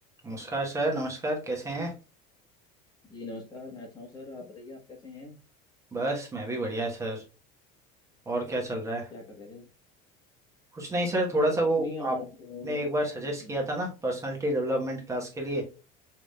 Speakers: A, on the right (about 15°); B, on the left (about 20°).
A: नमस्कार सर नमस्कार कैसे हैं
B: जी नमस्कार मैं अच्छा हूँ सर आप बताइए आप कैसे हैं
A: बस मैं भी बढ़िया सर और क्या चल रहा है
B: क्या कर रहे थे
A: कुछ नहीं सर
B: बस
A: थोड़ा
B: सर
A: सा
B: कुछ
A: वो
B: नहीं और
A: आपने
B: तो अच्छा
A: एक बार सजेस्ट किया था ना पर्सनालिटी डेवलपमेंट क्लास के लिए